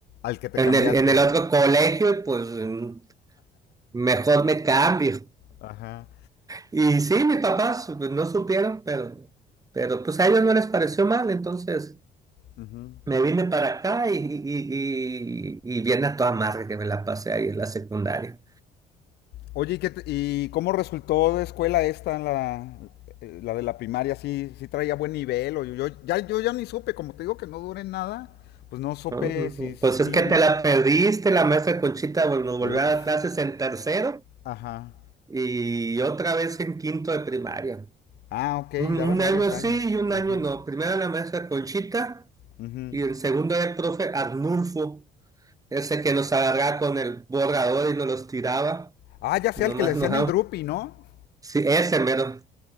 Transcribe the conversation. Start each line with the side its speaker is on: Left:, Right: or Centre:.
Left: Al que te
Right: en
Left: cambiaste.
Right: el, en el otro colegio, y pues mm, mejor me cambio.
Left: Ajá.
Right: Y sí, mis papás pues, no supieron, pero, pero pues a ellos no les pareció mal, entonces...
Left: ujú.
Right: Me vine para acá y, y, y, y viene a toda madre que me la pasé ahí en la secundaria.
Left: Oye, ¿y, qué te- y cómo resultó de escuela esta, la, eh, la de la primaria? ¿Sí, sí traía buen nivel? O yo, yo- ya, yo ya ni supe, como te digo que no duré nada, pues no supe
Right: ¿no?
Left: si sí.
Right: Pues es que te la perdiste, la maestra Conchita vol- nos volvió
Left: Uf,
Right: a dar clases en tercero
Left: ajá.
Right: y otra vez en quinto de primaria.
Left: Ah, ok,
Right: Un,
Left: daba
Right: un
Left: en
Right: año
Left: varios
Right: sí
Left: años.
Right: y un
Left: Ajá.
Right: año no. Primero la maestra Conchita
Left: ujú.
Right: y el segundo era el profe Arnulfo, ese que nos agarraba con el borrador y nos los tiraba.
Left: Ah, ya sea
Right: Nomás
Left: el que le decían
Right: nos...
Left: el Drupi, ¿no?
Right: Sí, ese mero,